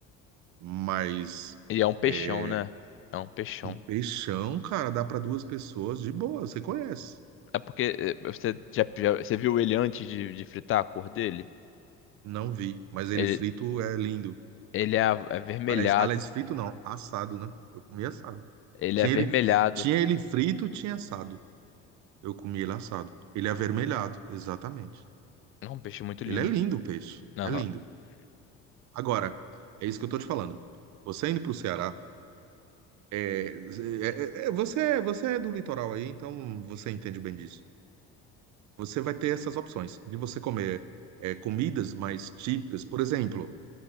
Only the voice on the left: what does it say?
E é um peixão,
né? É um peixão.
É porque eh, você já, já- você viu ele antes de, de fritar a cor dele?
Ele,
ele é a- é avermelhado.
Ele
é avermelhado.
É um peixe muito lindo.
Aham.